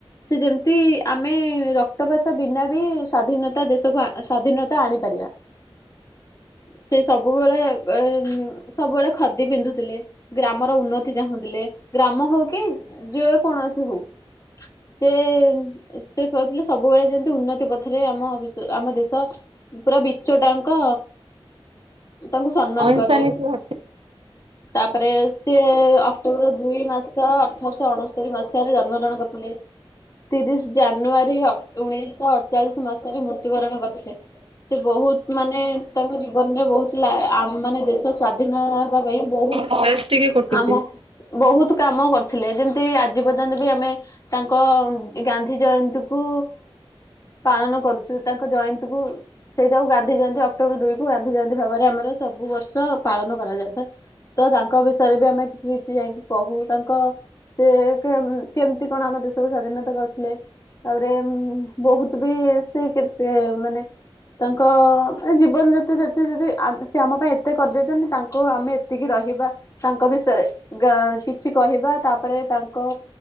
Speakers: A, on the left; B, on the right.
A: ସେ ଯେମିତି ଆମେ ରକ୍ତପାତ ବିନା ବି ସ୍ଵାଧୀନତା ଦେଶକୁ ସ୍ଵାଧୀନତା ଆଣିପାରିବା। ସେ ସବୁବେଳେ ଏ ସବୁବେଳେ ଖଦି ପିନ୍ଧୁଥିଲେ। ଗ୍ରାମର ଉନ୍ନତି ଚାହୁଁଥିଲେ। ଗ୍ରାମ ହଉ କି ଯେ କୌଣସି ହଉ ସେ ସେ କହୁଥିଲେ ସବୁବେଳେ ଯେମତି ଉନ୍ନତି ପଥରେ ଆମ ଆମ ଦେଶ ପୁରା ବିଶ୍ଵ ଟାଙ୍କ ତାଙ୍କୁ ସମ୍ମାନ
B: ଅହିଂସା
A: କରେ।
B: ନୀତି ଘ
A: ତାପରେ ସେ ଅକ୍ଟୋବର ଦୁଇ ମାସ ଅଠରଶହ ଅଣସ୍ତରୀ ମସି ଜନ୍ମ ଗ୍ରହଣ କରିଥିଲେ। ତିରିଶ ଜାନୁଆରୀ ଉଣେଇଶହ ଅଠଚାଳିଶ ମସିହାରେ ମୃତ୍ୟୁବରଣ କରିଥିଲେ। ସେ ବହୁତ ମାନେ ତାଙ୍କ ଜୀବନରେ ବହୁତ ମାନେ ଦେଶ ସ୍ୱା <unintelligible> ପାଇଁ ବହୁତ
B: ଭଏସ ଟିକେ କଟୁଛି
A: ଆମ ବହୁତ କାମ କରିଥିଲେ ଯେମିତି ଆଜି ପର୍ଯ୍ୟନ୍ତ ବି ଆମେ ତାଙ୍କ ଗା ଗାନ୍ଧୀ ଜୟନ୍ତୀ କୁ ପାଳନ କରୁଛୁ। ତାଙ୍କ ଜୟନ୍ତୀ କୁ ସେଇଟାକୁ ଗାନ୍ଧି ଜୟନ୍ତୀ ଅକ୍ଟୋବର ଦୁଇ କୁ ଗାନ୍ଧି ଜୟନ୍ତୀ ଭାବରେ ଆମର ସବୁ ବର୍ଷ ପାଳନ କରାଯାଉଥାଏ। ତ ତାଙ୍କ ବିଷୟରେ ବି ଆମେ କିଛି କିଛି ଯାଇକି କହୁ। ତାଙ୍କ ସେ କେ-କେମିତି କଣ ଆମ ଦେଶକୁ ସ୍ଵାଧୀନତା କରିଥିଲେ? ତାପରେ ବହୁତ ବି ସେ କେତେ ମାନେ ତାଙ୍କ ମାନେ ଜୀବନ ଜାତ ଜତେ ଯଦି ସେ ଆମ ପାଇଁ ଏତେ କରିଦେଇଛନ୍ତି ତାଙ୍କୁ ଆମେ ଏତିକି ରହିବା ତାଙ୍କ ବିଷୟରେ ଗ କିଛି କହିବା ତାପରେ ତାଙ୍କ